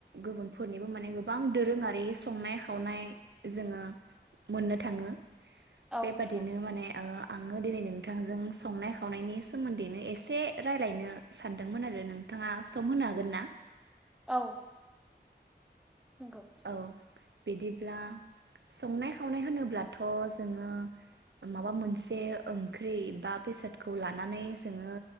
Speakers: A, on the right; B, in the centre.
A: गुबुनफोरनिबो माने गोबां दोरोङारि संनाय खावनाय जोङो मोननो थाङो।
B: औ
A: बेबादिनो
B: नंगौ
A: माने ओ आङो दिनै नोंथांजों संनाय खावनायनि सोमोन्दैनो एसे रायलायनो सानदोंमोन आरो नोंथाङा सम होनो हागोन ना?
B: औ। नोंगौ।
A: औ बिदिब्ला संनाय खावनाय होनोब्लाथ' जोङो माबा मोनसे ओंख्रि बा बेसादखौ लानानै जोङो